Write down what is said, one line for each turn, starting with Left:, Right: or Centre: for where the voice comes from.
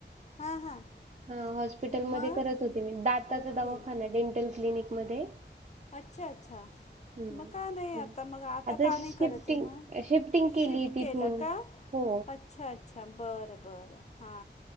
Left: हां हां.
Right: हा हॉस्पिटलमध्ये
Left: मग
Right: करत होते मी, दाताचा
Left: ओके
Right: दवाखाना, डेंटल क्लिनिकमध्ये
Left: अच्छा! अच्छा!
Right: हम्म
Left: मग का नाही आता मग, आता का
Right: शिफ्टिंग
Left: नाही करत आहे मग,
Right: शिफ्टिंग केली
Left: शिफ्ट
Right: तिथून
Left: केलं का?
Right: हो
Left: अच्छा! अच्छा! बरं बरं हा